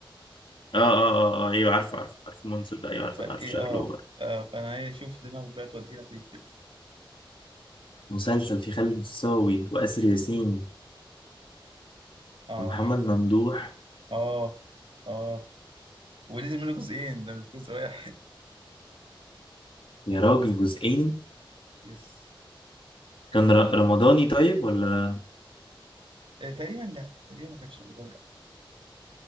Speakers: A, on the left (about 70°); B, on the right (about 75°).
A: اه اه اه اه ايوه عارف عارف عارف المسلسل ده ايوه عارف
B: ايه
A: عارف
B: فايه
A: شكله
B: اه آه، فانا عايز اشوف دماغك بقى تودينا فين كده
A: مسلسل في خالد الصاوي وآسر ياسين
B: اه
A: ومحمد
B: محمد
A: ممدوح
B: اه اه ونزل منه جزئين ده مش جزء واحد
A: يا راجل جزئين
B: <laughs> يس
A: كان ر- رمضاني طيب ولا
B: آه، تقريبا لا تقريبا ما كانش رمضاني